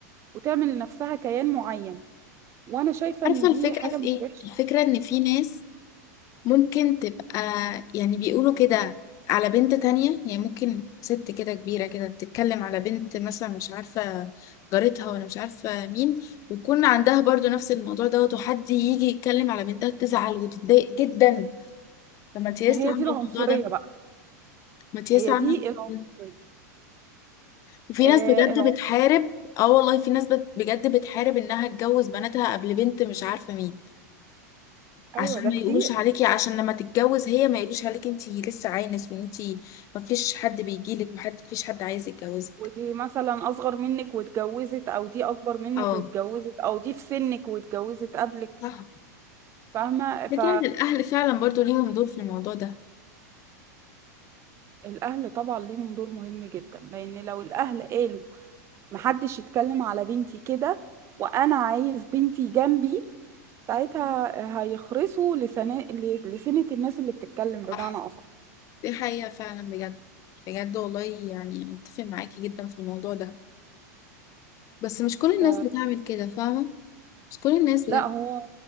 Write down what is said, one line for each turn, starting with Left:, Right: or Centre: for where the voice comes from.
Right: وتعمل لنفسها كيان معين وانا شايفة
Left: عارفة
Right: ان دي
Left: الفكرة
Right: حاجة
Left: في
Right: مش
Left: ايه
Right: وحشة
Left: الفكرة ان في ناس ممكن تبقى يعني بيقولوا كده على بنت تانية يعني ممكن ست كده كبيرة كده بتتكلم على بنت مثلا مش عارفة جارتها ولا مش عارفة مين ويكون عندها برضو نفس الموضوع دوت وحد يجي يتكلم على بنتها تزعل وتتضايق جدا لما تياس
Right: ما هي
Left: عاملة
Right: دي العنصرية
Left: الموضوع ده
Right: بقى
Left: ما تياس
Right: هي
Left: عاملة
Right: دي
Left: الموضوع
Right: العنصرية
Left: ده وفي
Right: آه
Left: ناس بجد
Right: العنصر.
Left: بتحارب اه والله في ناس بت- بجد بتحارب انها تجوز بناتها قبل بنت مش عارفة مين
Right: ايوه
Left: عشان
Right: ده
Left: ما
Right: كتير
Left: يقولوش عليكي عشان لما تتجوز هي ما يقولوش عليكي انتي لسه عانس وان انتي ما فيش حد بيجيلك وحد ما فيش حد عايز يتجوزك
Right: ودي مثلا اصغر منك واتجوزت او دي اكبر منك
Left: اه
Right: واتجوزت او دي في سنك واتجوزت قبلك
Left: صح
Right: فاهمة ف
Left: لكن يعني الاهل فعلا برضو ليهم دور في الموضوع ده
Right: الاهل طبعا ليهم دور مهم جدا لان لو الاهل قالوا محدش يتكلم على بنتي كده وانا عايز بنتي جنبي ساعتها هيخرسوا لسنا... لسنة الناس اللي بتتكلم بمعنى
Left: صح
Right: اصح
Left: دي حقيقة فعلا بجد بجد والله يعني أنا متفق معاكي جدا في الموضوع ده بس مش كل الناس
Right: ف...
Left: بتعمل كده فاهمة مش كل الناس
Right: لا
Left: بجد
Right: هو